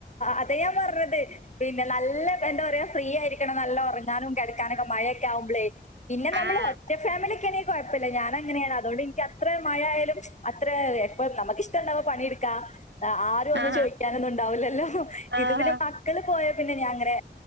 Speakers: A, on the left; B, on the right.
A: അത് ഞാൻ പറഞ്ഞത് പിന്നെ നല്ല എന്താ പറയാ ഫ്രീ ആയിരിക്കണം നല്ല ഉറങ്ങാനും കിടക്കാനൊക്കെ മഴയൊക്കെ ആവുമ്പളേ. പിന്നെ നമ്മൾ
B: ആഹ്
A: ഒറ്റ ഫാമിലിയൊക്കെ ആണെ കുഴപ്പമില്ല, ഞാനങ്ങനെയാണ് അതൊണ്ട് എനിക്ക് അത്ര മഴയായാലും അത്ര ഇപ്പം നമുക്കിഷ്ടമുള്ളപ്പൊ പണിയെടുക്കാം ആരും ഒന്നും
B: ആഹാ
A: ചോദിക്കാനൊന്നും ഉണ്ടാവില്ലല്ലോ,
B: ആഹാ
A: ഇത് പിന്നെ മക്കള് പോയാ പിന്നെ ഞാൻ അങ്ങെനെ